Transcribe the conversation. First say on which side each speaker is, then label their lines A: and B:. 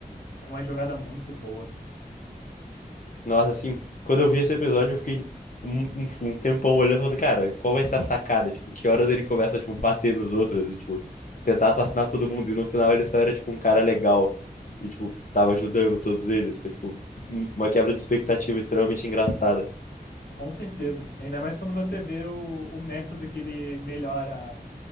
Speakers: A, on the left (about 80°); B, on the left (about 55°).
A: é uma jogada muito boa.
B: Nossa, assim, quando eu vi esse episódio, eu fiquei um, um, tipo, um tempão olhando, falando, cara, qual vai ser a sacada? Tipo, que horas ele começa tipo, bater nos outros e, tipo, tentar assassinar todo mundo. E no final ele só era, tipo, um cara legal. E, tipo, tava ajudando todos eles. Foi, tipo, um- uma quebra de expectativa extremamente engraçada.
A: Com certeza. Ainda mais quando você vê o, o método que ele melhora